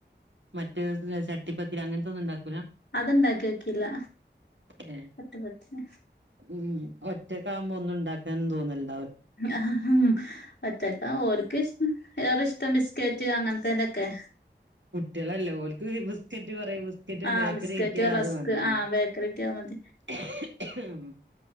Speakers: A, on the right (about 80°); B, on the left (about 70°).
A: മറ്റേതുഞാ ചട്ടിപ്പത്തിരി അങ്ങനത്തൊന്നും ഉണ്ടാക്കൂല.
B: അതൊണ്ടാക്കി നോക്കിയില്ല
A: ഏഹ്
B: ചട്ടിപ്പത്തിരി
A: ഉം ഒറ്റക്കാവുമ്പോ ഒന്നും ഉണ്ടാക്കാനും തോന്നില
B: ആ ഒറ്റക്കാ ഓർക്കിഷ് ഏറെഇഷ്ടം ബിസ് ക്കേറ്റ് അങ്ങനത്തേന്റൊക്കെ.
A: കുട്ടികളല്ലേ ഓൽക്ക് ബിസ്ക്കറ്റുപറയും ബിസ്കറ്റും
B: ആഹ്
A: ബേക്കറി
B: ബിസ്ക്കറ്റ്
A: കിട്ടിയാ
B: റസ്ക്
A: അതുമതിയല്ലോ.
B: ആഹ് ബേക്കറി കിട്ടിയാ മതി
A: <inaudible>